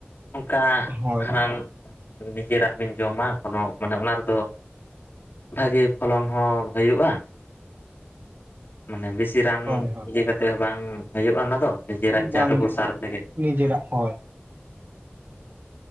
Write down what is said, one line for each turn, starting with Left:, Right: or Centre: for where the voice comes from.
Left: ᱚᱱᱠᱟ
Right: ᱦᱳᱭ
Left: ᱦᱟᱱᱟᱱ ᱱᱤᱡᱮᱨᱟᱜ ᱵᱤᱱ ᱡᱚᱢᱟ ᱠᱚᱱᱳ ᱢᱟᱱᱮ ᱚᱱᱟ ᱨᱮᱫᱚ ᱵᱷᱟᱜᱤ ᱯᱷᱚᱞᱚᱱ ᱦᱚᱸ ᱦᱩᱭᱩᱜᱼᱟ ᱢᱟᱱᱮ ᱵᱮᱥᱤ ᱨᱟᱱ
Right: ᱦᱳᱭ ᱦᱳᱭ
Left: ᱤᱭᱟᱹ ᱠᱟᱛᱮᱜ ᱦᱚᱸ ᱵᱟᱝ ᱦᱩᱭᱩᱜᱼᱟ ᱚᱱᱟ ᱫᱚ ᱱᱤᱡᱮᱨᱟᱜ ᱡᱟᱦᱟᱸ
Right: ᱵᱟᱝᱜᱮ
Left: ᱴᱩᱠᱩ ᱥᱟᱨ ᱛᱮᱜᱮ ᱾
Right: ᱱᱤᱡᱮᱨᱟᱜ ᱦᱳᱭ ᱾